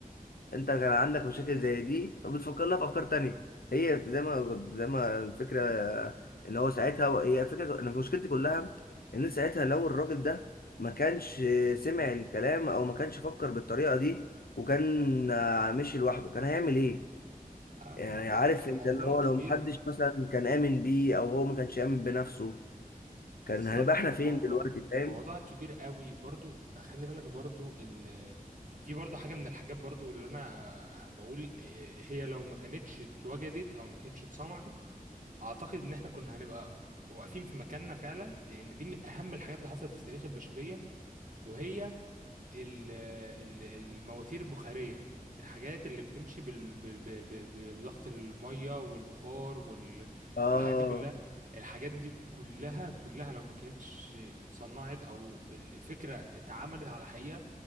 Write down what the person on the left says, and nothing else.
انت كان عندك مشاكل زي دي فبتفكر لها في افكار تانية هي زي ما زي ما الفكره ان هو ساعتها هي فكره انا مشكلتي كلها ان ساعتها لو الراجل ده ما كانش سمع الكلام او ما كانش فكر بالطريقه دي وكان آه، مشي لوحده كان هيعمل ايه
يعني
عارف
انت اللي هو
لو محدش مثلا كان امن بيه او هو ما كانش امن بنفسه
كان هنبقى احنا
فين دلوقتي فاهم
اه